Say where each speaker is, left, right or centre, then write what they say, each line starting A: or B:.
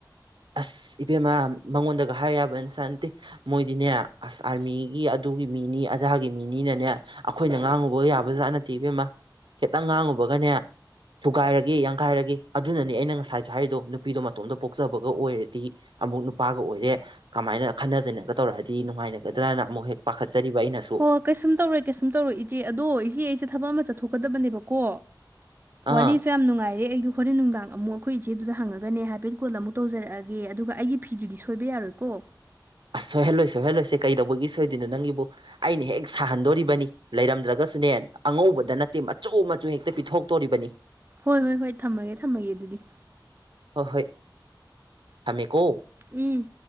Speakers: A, on the right; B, on the right.
A: ꯑꯁ ꯏꯕꯦꯝꯃꯥ ꯃꯉꯣꯟꯗꯒ ꯍꯥꯏꯔ ꯌꯥꯕꯅ ꯁꯥꯟꯇꯦ ꯃꯣꯏꯗꯤꯅꯦ ꯑꯁ ꯑꯥꯔꯃꯤꯒꯤ ꯑꯗꯨꯒꯤ ꯃꯤꯅꯤ ꯑꯙꯥꯒꯤ ꯃꯤꯅꯤꯅꯅꯦ ꯑꯩꯈꯣꯏꯅ ꯉꯥꯡꯉꯨꯕ ꯌꯥꯕꯖꯥꯠ ꯅꯠꯇꯦ ꯏꯕꯦꯝꯃ ꯈꯤꯇꯪ ꯉꯥꯡꯉꯨꯕꯒꯅꯦ ꯊꯨꯒꯥꯏꯔꯒꯦ ꯌꯥꯡꯈꯥꯏꯔꯒꯦ ꯑꯗꯨꯅꯅꯤ ꯑꯩꯅ ꯉꯁꯥꯏꯁꯨ ꯍꯥꯏꯔꯤꯗꯣ ꯅꯨꯄꯤꯗꯣ ꯃꯇꯣꯝꯗ ꯄꯣꯛꯆꯕ ꯒ ꯑꯣꯏꯔꯗꯤ ꯑꯃꯨꯛ ꯅꯨꯄꯥꯒ ꯑꯣꯏꯔꯦ ꯀꯃꯥꯏꯅ ꯈꯅꯖꯅꯒ ꯇꯧꯔꯛꯑꯗꯤ ꯅꯨꯡꯉꯥꯏꯅꯒꯗ꯭ꯔꯥꯅ ꯑꯃꯨꯛ ꯍꯦ ꯄꯥꯠ ꯆꯔꯤꯔꯤꯕꯕꯥ ꯑꯩꯅ
B: ꯍꯣ ꯀꯩꯁꯨꯝ ꯇꯧꯔꯦ ꯀꯩꯁꯨꯝ ꯇꯧꯔꯦ ꯏꯆꯦ ꯑꯗꯣ ꯏꯆꯦ ꯑꯩꯁꯦ ꯊꯕꯛ ꯑꯃ ꯆꯠꯊꯣꯛꯀꯗꯕꯅꯦꯕꯀꯣ
A: ꯑꯥ
B: ꯋꯥꯔꯤꯁꯨ ꯌꯥꯝ ꯅꯨꯡꯉꯥꯏꯔꯦ ꯑꯩꯗꯣ ꯍꯣꯔꯦꯟ ꯅꯨꯡꯗꯥꯡ ꯑꯃꯨꯛ ꯑꯩꯈꯣꯏ ꯏꯆꯦꯗꯨꯗ ꯍꯪꯉꯒꯅꯦ ꯍꯥꯏꯐꯦꯠ ꯀꯣꯜ ꯑꯃꯨꯛ ꯇꯧꯖꯔꯛꯑꯒꯦ ꯑꯗꯨꯒ ꯑꯩꯒꯤ ꯐꯤꯗꯨꯗꯤ ꯁꯣꯏꯕ ꯌꯥꯔꯣꯏꯀꯣ
A: ꯑꯁ ꯁꯣꯏꯍꯜꯂꯣꯏ ꯁꯣꯏꯍꯜꯂꯣꯏꯁꯦ ꯀꯩꯗꯧꯕꯒꯤ ꯁꯣꯏꯗꯣꯏꯅꯣ ꯅꯪꯒꯤꯕꯨ ꯑꯩꯅ ꯍꯦꯛ ꯁꯥꯍꯟꯗꯣꯔꯤꯕꯅꯤ ꯂꯩꯔꯝꯗ꯭ꯔꯒꯁꯨ ꯁꯨꯅꯦ ꯑꯉꯧꯕꯗ ꯅꯠꯇꯦ ꯃꯆꯨ ꯃꯆꯨ ꯍꯦꯛꯇ ꯄꯤꯊꯣꯛꯇꯣꯔꯤꯕꯅꯤ
B: ꯍꯣꯏ ꯍꯣꯏ ꯍꯣꯏ ꯊꯝꯃꯒꯦ ꯊꯝꯃꯒꯦ ꯑꯗꯨꯗꯤ
A: ꯑ ꯍꯣꯏ ꯊꯝꯃꯦꯀꯣ
B: ꯏ